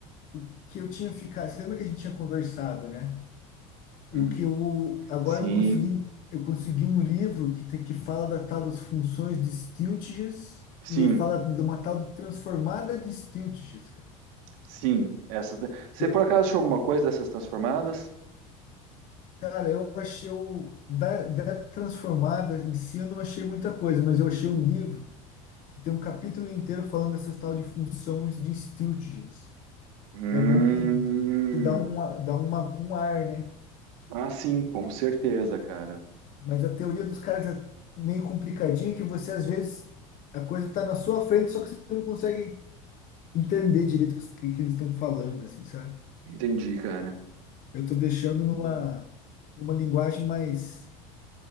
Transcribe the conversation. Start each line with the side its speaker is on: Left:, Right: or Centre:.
Left: o que eu tinha ficado, você lembra que a gente tinha conversado, né? O
Right: Hum,
Left: que eu, agora
Right: sim,
Left: eu consegui, eu consegui um livro que, tem- que fala da tal das funções de Stieltjes
Right: sim,
Left: e ele fala de uma tal de transformada de Stieltjes, cara.
Right: sim. Essas, né? você
Left: Que eu-
Right: por acaso achou alguma coisa dessas transformadas?
Left: Cara, eu achei o, da, da transformada em si eu não achei muita coisa, mas eu achei um livro que tem um capítulo inteiro falando dessas tal de funções de Stieltjes.
Right: Hum,
Left: É bom que, que dá, uma, dá uma, um ar, né?
Right: ah, sim, com certeza, cara.
Left: Mas a teoria dos caras é meio complicadinha que você, às vezes, a coisa tá na sua frente, só que você não consegue entender direito o que, que eles estão falando, assim, sabe?
Right: Entendi, cara.
Left: Eu tô deixando numa, numa linguagem mais